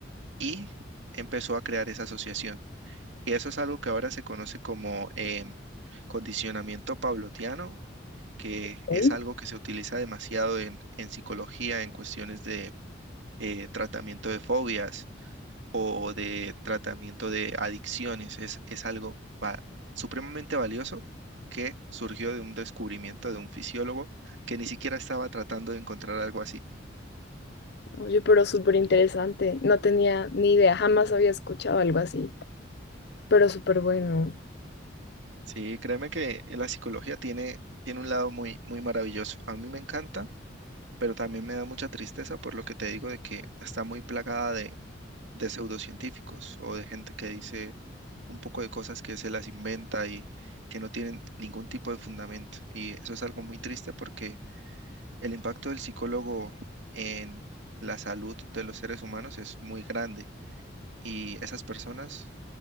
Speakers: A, on the right (about 70°); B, on the left (about 60°).
A: Y empezó a crear esa asociación. Y eso es algo que ahora se conoce como em, condicionamiento pavloviano, que
B: ok.
A: es algo que se utiliza demasiado en en psicología, en cuestiones de eh, tratamiento de fobias o de tratamiento de adicciones. Es, es algo va- supremamente valioso que surgió de un descubrimiento de un fisiólogo que ni siquiera estaba tratando de encontrar algo así.
B: Oye, pero súper interesante. No tenía ni idea, jamás había escuchado algo así, pero súper bueno.
A: Sí, créeme que eh, la psicología tiene, tiene un lado muy, muy maravilloso. A mí me encanta pero también me da mucha tristeza por lo que te digo de que está muy plagada de, de pseudocientíficos o de gente que dice un poco de cosas que se las inventa y que no tienen ningún tipo de fundamento. Y eso es algo muy triste porque el impacto del psicólogo en la salud de los seres humanos es muy grande y esas personas